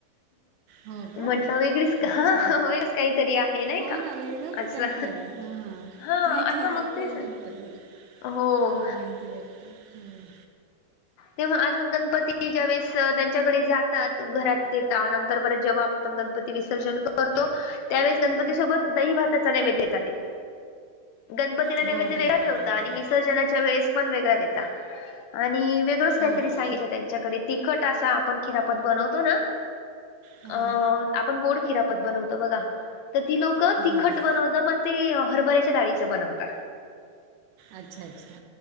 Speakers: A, on the right (about 80°); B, on the left (about 80°).
A: हो का
B: म्हटलं वेगळीच हा
A: अच्छा,
B: वेगळीच काहीतरी आहे नाही
A: हो
B: का?
A: ना वेगळंच आहे
B: असं
A: काहीतरी ह.
B: हा
A: काय काय
B: असं
A: आयकाला
B: मग तेच
A: भेटत बाई
B: हो.
A: हा माहिती भेटत हम्.
B: तेव्हा अजून गणपती ज्यावेळेस त्यांच्याकडे जातात. घरात येतात नंतर परत जेव्हा, आपण गणपती विसर्जन करतो. त्यावेळेस गणपती सोबत दही भाताचा नैवेद्य देतात ये. गणपतीला नैवेद्य
A: हो दैवातच
B: वेगळा ठेवता आणि
A: आहे.
B: विसर्जनाच्या वेळेस पण वेगळा देतात आणि वेगळच काहीतरी
A: हो का?
B: सांगितलं त्यांनी. आमच्याकडे आपण तिखट असा खिरापत बनवतो ना
A: हां
B: अ. आपण गोड खिरापत बनवतो बघा तर ती लोक
A: हां.
B: तिखट बनवत पण ते हरबर्याच्या हरभऱ्याच्या डाळीचं बनवता
A: अच्छा, अच्छा.